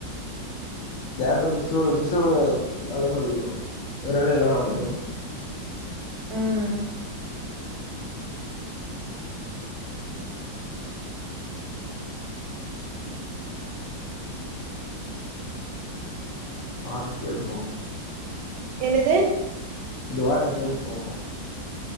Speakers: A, on the left (about 80°); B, on the right (about 75°).
A: கேட்ட மிஸ்ஸோட மிஸ்ஸோட நல்லா சொல்லி தருவாங்க நேரா எல்லாரு அவள்ட்ட போய்
B: ம் ம்
A: வாரோ கேப்போ
B: என்னது
A: இந்த வாரோ எங்கேயாவது போனு